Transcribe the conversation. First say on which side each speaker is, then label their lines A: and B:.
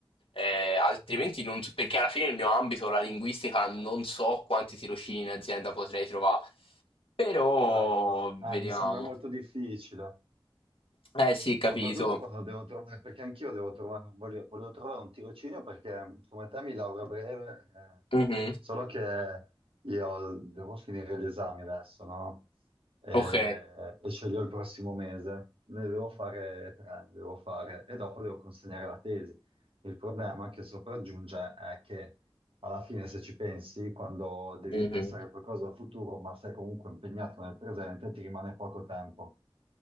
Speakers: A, on the left; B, on the right.
A: eh, altrimenti non so- perché alla fine nel mio ambito, la linguistica, non so quanti tirocini in azienda potrei trovare, però
B: Certo.
A: vediamo.
B: Eh, mi sembra molto difficile.
A: Eh sì, capito.
B: Soprattutto quando devo trovare, perché anch'io devo trovare, un- voglio, volevo trovare un tirocinio perché come te mi lauro a breve, eh,
A: Mhm.
B: solo che io devo finire gli esami adesso, no? E,
A: Ok.
B: e sceglierò il prossimo mese, ne devo fare tre, ne devo fare, e dopo devo consegnare la tesi. Il problema che sopraggiunge è che alla fine se ci pensi, quando devi
A: Mhm.
B: pensare a qualcosa al futuro, ma sei comunque impegnato nel presente, ti rimane poco tempo.